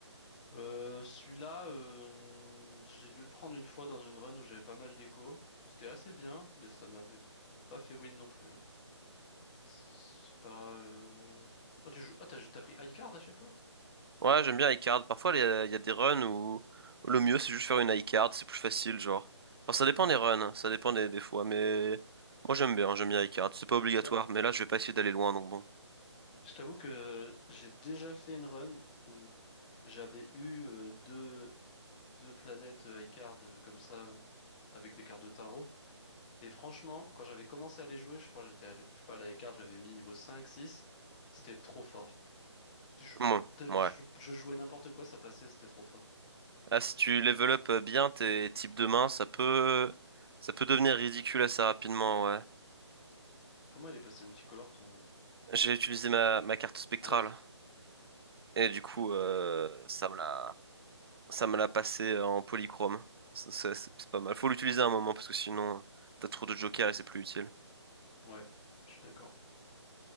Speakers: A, on the left; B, on the right.
A: Euh, celui-là, euh, j'ai dû le prendre une fois dans une run où j'avais pas mal d'écho. C'était assez bien, mais ça m'avait pas fait win non plus. hein. C'est pas. Euh... Ah, tu joues... ah, t'as, t'as pris high card à chaque fois?
B: Ouais, j'aime bien iCard. Parfois, il y a, il y a des runs où le mieux, c'est juste faire une iCard, c'est plus facile, genre. Enfin, ça dépend
A: Ouais.
B: des runs, hein, ça dépend des, des fois, mais moi, j'aime bien, j'aime bien iCard. C'est pas obligatoire,
A: Bah,
B: mais là, je vais pas essayer d'aller loin, donc bon.
A: je t'avoue que j'ai déjà fait une run où j'avais eu euh, deux, deux planètes euh, high card euh, comme ça euh, avec des cartes de tarot. Et franchement, quand j'avais commencé à les jouer, je crois que j'étais allé, je sais pas, la high card, j'avais mis niveau 5 six C'était trop fort. Je,
B: Bon,
A: t'as- je-
B: ouais.
A: je jouais n'importe quoi, ça passait, c'était trop fort.
B: Là, si tu level up bien tes types de mains, ça peut, ça peut devenir ridicule assez rapidement, ouais.
A: Comment il est passé multicolore ton,
B: J'ai utilisé
A: ton Joker?
B: ma, ma carte spectrale,
A: Ah oui,
B: et du coup,
A: bien vu.
B: euh, ça me l'a, ça me l'a passé en polychrome. C'est c'est- c'est pas mal. Faut l'utiliser à un moment, parce que sinon, t'as trop de jokers et c'est plus utile.
A: Ouais, je suis d'accord.